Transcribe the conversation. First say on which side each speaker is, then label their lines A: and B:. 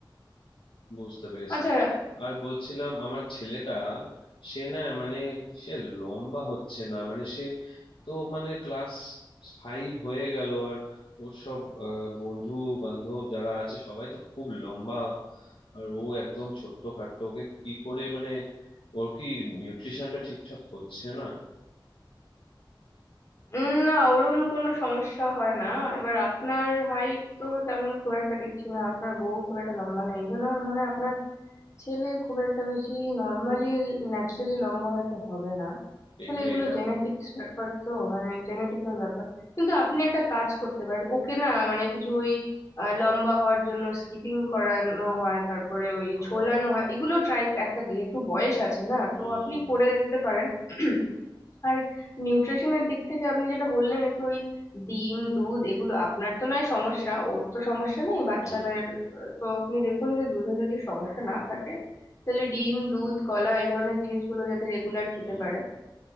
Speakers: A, on the left; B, on the left.
A: বুঝতে পেরেছি
B: আচ্ছা
A: আর বলছিলাম আমার ছেলেটা সে না মানে সে লম্বা হচ্ছে না মানে সে তো মানে ক্লাস ফাইভ হয়ে গেল আর ওর সব আহ, বন্ধু বান্ধব যারা আছে সবাই তো খুব লম্বা আর ও একদম ছোট্ট খাট্ট ওকে কি করে মানে ওর কি নিউট্রিশনটা ঠিকঠাক হচ্ছে না
B: উম, না ওরম কোনো সমস্যা হয় না এবার আপনার হাইট তো তেমন খুব একটা দেখছি না আপনার বউ খুব একটা লম্বা না এই জন্য আমার মনে হয় আপনার ছেলে খুব একটা বেশি নর্মালি ন্যাচারালি লম্বা হয়তো হবে না আসলে
A: এই রে
B: এগুলো
A: এটা
B: জেনেটিক্স ব্যাপার তো মানে জেনেটিক্যাল ব্যাপার কিন্তু আপনি একটা কাজ করতে পারেন ওকে না মানে কিছু ওই আহ, লম্বা হওয়ার জন্য স্কিপিং করানো হয় তারপরে ওই
A: ও
B: ঝোলানো হয় এগুলো ট্রাই একটা যেহেতু বয়স আছে না
A: হুম
B: তো আপনি করে দেখতে পারেন <clears throat> আর নিউট্রিশনের দিক থেকে আপনি যেটা বললেন একটু ওই ডিম দুধ এগুলো আপনার তো নয় সমস্যা ওর তো সমস্যা নেই বাচ্চাদের
A: হুম
B: আহ, তো আপনি দেখুন যে দুধে যদি সমস্যা না থাকে তাহলে ডিম দুধ কলা এই ধরনের জিনিসগুলো যাতে রেগুলার খেতে
A: হুম
B: পারে